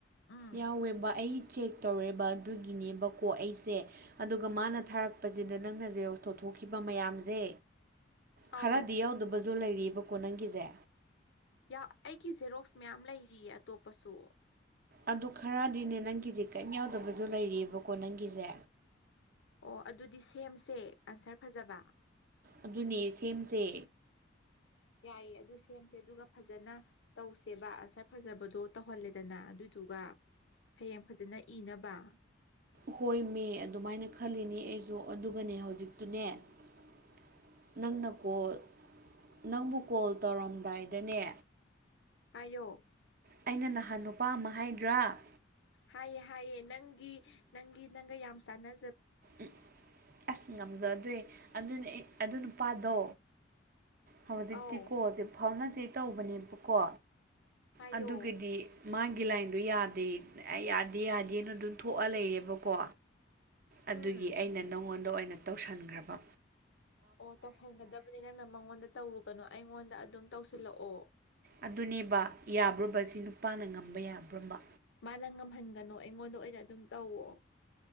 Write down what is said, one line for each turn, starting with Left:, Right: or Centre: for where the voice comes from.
Left: ꯎꯝ
Right: ꯌꯥꯎꯋꯦꯕ ꯑꯩ ꯆꯦꯛ ꯇꯧꯔꯦꯕ ꯑꯗꯨꯒꯤꯅꯦꯕꯀꯣ ꯑꯩꯁꯦ ꯑꯗꯨꯒ ꯃꯥꯅ ꯊꯥꯔꯛꯄꯁꯤꯗ ꯅꯪꯅꯔ ꯇꯧꯊꯣꯛꯈꯤꯕ ꯃꯌꯥꯝꯁꯦ ꯈꯔꯗꯤ
Left: ꯑꯧ
Right: ꯌꯥꯎꯗꯕꯁꯨ ꯂꯩꯔꯤꯕꯀꯣ ꯅꯪꯒꯤꯁꯦ
Left: ꯑꯩꯒꯤ ꯖꯦꯔꯣꯛꯁ ꯃꯌꯥꯝ ꯂꯩꯔꯤꯌꯦ ꯑꯇꯣꯞꯄꯁꯨ
Right: ꯑꯗꯨ ꯈꯔꯗꯤꯅꯦ ꯅꯪꯒꯤꯁꯦ ꯀꯔꯤꯝ ꯌꯥꯎꯗꯕꯁꯨ ꯂꯩꯔꯤꯑꯕꯀꯣ ꯅꯪꯒꯤꯁꯦ
Left: ꯑꯣ ꯑꯗꯨꯗꯤ ꯁꯦꯝꯁꯦ ꯑꯟꯁꯔ ꯐꯖꯕ
Right: ꯑꯗꯨꯅꯦ ꯁꯦꯝꯁꯦ
Left: ꯌꯥꯏꯌꯦ ꯑꯗꯨ ꯁꯦꯝꯁꯦ ꯑꯗꯨꯒ ꯐꯖꯅ ꯇꯧꯁꯦꯕ ꯑꯟꯁꯔ ꯐꯖꯕꯗꯣ ꯇꯧꯍꯜꯂꯦꯗꯅ ꯑꯗꯨ ꯑꯗꯨꯒ ꯍꯌꯦꯡ ꯐꯖꯅ ꯏꯅꯕ
Right: ꯍꯣꯏ ꯃ ꯑꯗꯨꯃꯥꯏꯅ ꯈꯜꯂꯤꯅꯦ ꯑꯩꯁꯨ ꯑꯗꯨꯒꯅꯦ ꯍꯧꯖꯤꯛꯇꯨꯅꯦ <unintelligible> ꯅꯪꯅ ꯀꯣꯜ ꯅꯪꯕꯨ ꯀꯣꯜ ꯇꯧꯔꯝꯗꯥꯏꯗꯅꯦ
Left: ꯑꯌꯣ
Right: ꯑꯩꯅ ꯅꯍꯥꯟ ꯅꯨꯄꯥ ꯑꯃ ꯍꯥꯏꯗ꯭ꯔꯥ
Left: ꯍꯥꯏꯌꯦ ꯍꯥꯏꯌꯦꯦ ꯅꯪꯒꯤ ꯅꯪꯒꯤ ꯅꯪꯒ ꯌꯥꯝ ꯆꯥꯟꯅ
Right: ꯎꯝ ꯑꯁ ꯉꯝꯖꯗ꯭ꯔꯦ ꯑꯗꯨꯅꯦ ꯑꯗꯨ ꯅꯨꯄꯥꯗꯣ ꯍꯧꯖꯤꯛꯇꯤꯀꯣꯖꯤ
Left: ꯑꯧ
Right: ꯐꯥꯎꯅꯁꯦ ꯇꯧꯕꯅꯦꯕꯀꯣ
Left: ꯍꯥꯏꯌꯣ
Right: ꯑꯗꯨꯒꯗꯤ ꯃꯥꯒꯤ ꯒꯤ ꯂꯥꯏꯟꯗꯣ ꯌꯥꯗꯦ ꯑꯦ ꯌꯥꯗꯦ ꯌꯥꯗꯦꯅ ꯑꯗꯨꯝ ꯊꯣꯛꯑ ꯂꯩꯔꯦꯕꯀꯣ
Left: ꯎꯝ
Right: ꯑꯗꯨꯒꯤ ꯑꯩꯅ ꯅꯉꯣꯟꯗ ꯑꯣꯏꯅ ꯇꯧꯁꯤꯟꯈ꯭ꯔꯕ
Left: ꯑꯣ ꯇꯧꯁꯟꯒꯗꯕꯅꯤ ꯅꯪꯅ ꯃꯉꯣꯟꯗ ꯇꯧꯔꯨꯒꯅꯨ ꯑꯩꯉꯣꯟꯗ ꯑꯗꯨꯝ ꯇꯧꯁꯤꯜꯂꯛꯑꯣ
Right: ꯑꯗꯨꯅꯦꯕ ꯌꯥꯕ꯭ꯔꯨꯕꯁꯤ ꯅꯨꯄꯥꯅ ꯉꯝꯕ ꯌꯥꯕ꯭ꯔꯨꯝꯕ
Left: ꯃꯥꯅ ꯉꯝꯍꯟꯒꯅꯨ ꯑꯩꯉꯣꯟꯗ ꯑꯣꯏꯅ ꯑꯗꯨꯝ ꯇꯧꯋ